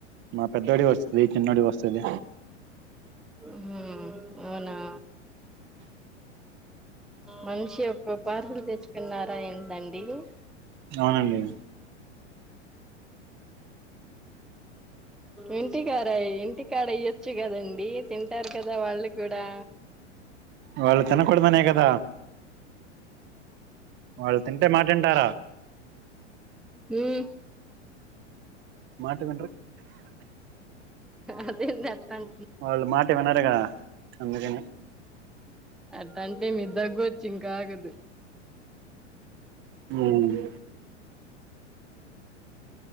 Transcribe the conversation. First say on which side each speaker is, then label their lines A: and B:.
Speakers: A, on the right (about 30°); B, in the centre.
A: మా పెద్దోడివి వస్తది, చిన్నోడివి వస్తది.
B: ఉ హు, అవునా! మనిషి ఒక్క పార్సల్ తెచ్చుకున్నారా ఏంటండి?
A: అవునండి
B: ఇంటికాడ, ఇంటికాడ ఇయ్యొచ్చు గదండి తింటారు కదా వాళ్ళు కూడా.
A: వాళ్ళు తినకూడదనే గదా. వాళ్ళు తింటే మాటింటారా
B: హ్మ్
A: మాటవిన్రు
B: అదేందట్టం
A: వాళ్ళు మాట వినరుగా అందుకని
B: అట్ అంటే మీకు దగ్గొ చింకా ఆగదు
A: మ్మ్